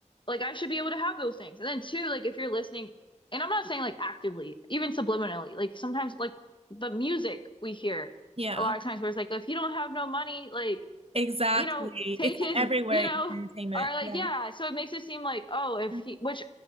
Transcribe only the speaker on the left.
like, I should be able to have those things. And then two, like, if you're listening, and I'm not saying like actively, even subliminally, like sometimes like the music we hear
a lot of times where it's like, if you don't have no money, like
you know, take
his,
you know,
or like,
yeah. So it makes it seem like, oh, if
he, which